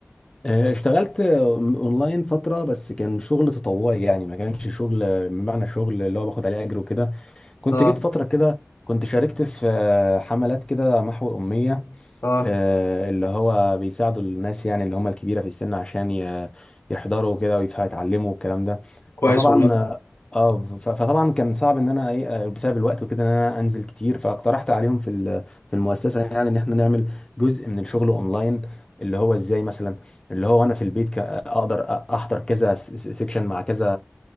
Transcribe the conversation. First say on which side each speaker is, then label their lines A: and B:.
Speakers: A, on the left (about 20°); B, on the left (about 80°).
A: آه، اشتغلت آه، اونلاين فتره بس كان شغل تطوعي يعني ما كانش شغل آه، بمعنى شغل اللي هو باخد عليه اجر وكده كنت
B: اه
A: جيت فتره كده كنت شاركت في آه، حملات كده محو اميه
B: اه
A: آه، اللي هو بيساعدوا الناس يعني اللي هم الكبيرة في السن عشان ي- يحضروا كده ويتعلموا الكلام ده
B: كويس
A: فطبعا
B: والله
A: اه ف- فطبعا كان صعب ان انا ايه آه، بسبب الوقت وكده ان انا انزل كتير فاقترحت عليهم في ال- في المؤسسة يعني ان احنا نعمل جزء من الشغل اونلاين اللي هو ازاي مثلا اللي هو انا في البيت ك- اقدر أ- احضر كذا س- س- سيكشن مع كذا